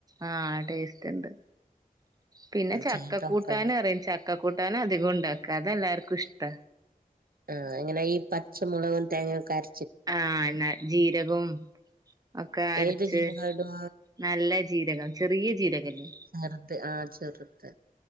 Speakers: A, on the right; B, on the right.
A: ആഹ് ടേസ്റ്റ് ഇണ്ട് പിന്നെ ചക്ക
B: ചെയ്തോക്കണം
A: കൂട്ടാനറയും ചക്ക കൂട്ടാൻ അധികം ഇണ്ടാക്ക അതെല്ലാർക്കും ഇഷ്ട
B: ആഹ് അങ്ങനെ ഈ പച്ചമുളകും തേങ്ങക്കയൊക്കെ അര
A: ആഹ് എന്നാ ജീരകവും ഒക്കെ അരച്ച്
B: ഏത് ജീരകാ ഇടാ
A: നല്ല ജീരകം ചെറിയ ജീരകല്ലേ
B: ചെറുത് ആഹ് ചെറുത്